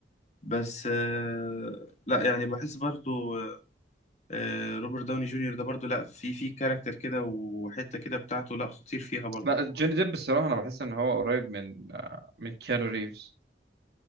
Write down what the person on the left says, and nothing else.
بس آه، لا يعني بحس برضو آه، آه، روبرت داوني جونيور ده برضو لا في في كاركتر كده وحتة كده بتاعته لا خطير فيها برضو